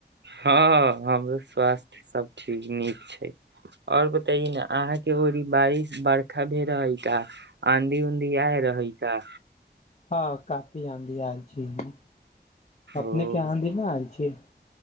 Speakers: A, on the right (about 75°); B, on the left (about 40°).
A: हँ हमरो स्वास्थ्य सब ठीक चीज नीक छै आओर बताइए ने अहाँके ओ बारिश बरखा भ रहै का आंधी ऊंधी आय रहै का
B: हँ क पआन दिआएल छीजमे अपने
A: ओ
B: के आाँधी ने आयल छी